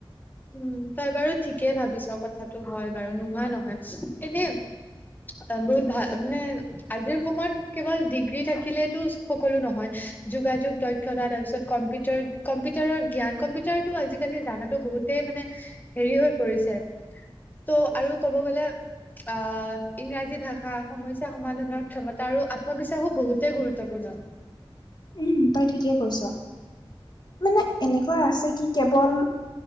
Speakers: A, on the left (about 20°); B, on the left (about 50°).
A: উম' তই বাৰু ঠিকেই ভাবিছ কথাটো হয়। বাৰু নোহোৱা নহয় এনে অহ' বহুত ভাল মানে আজিৰ সময়ত কেৱল ডিগ্ৰী থাকিলেতো সকলো নহয় যোগাযোগ দক্ষতা তাৰপিছত কম্পিউ কম্পিটাৰৰ জ্ঞান কম্পিউটাৰটো আজিকালি জানাতো বহুত এই মানে হেৰি হৈ পৰিছে ত' আৰু ক'ব গ'লে অহ' ইংৰাজী ভাষা সমস্যা সমাধানৰ ক্ষমতা আৰু আত্মবিশ্বাসো বহুতেই গুৰুত্বপূৰ্ণ।
B: উম' তই ঠিকে কৈছ মানে এনেকুৱা আছে কি কেৱল